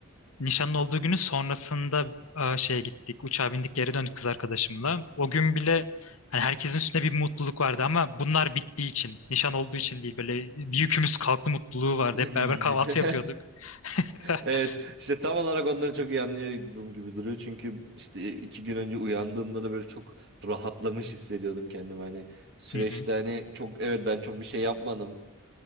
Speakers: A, on the left (about 85°); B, on the right (about 55°).
A: Nişanın olduğu günün sonrasında e, şeye gittik. Uçağa bindik geri döndük kız arkadaşımla. O gün bile hani herkesin üstünde bir mutluluk vardı ama bunlar bittiği için, nişan olduğu için değil böyle bir yükümüz kalktı mutluluğu vardı.
B: <laughs>
A: Hep beraber kahvaltı yapıyorduk. <laughs>
B: Evet işte tam olarak onları çok iyi anlıyorum gibi duruyor çünkü işte iki gün önce uyandığımda da böyle çok rahatlamış hissediyordum kendimi hani süreçte
A: Hı hı.
B: hani çok evet ben çok bir şey yapmadım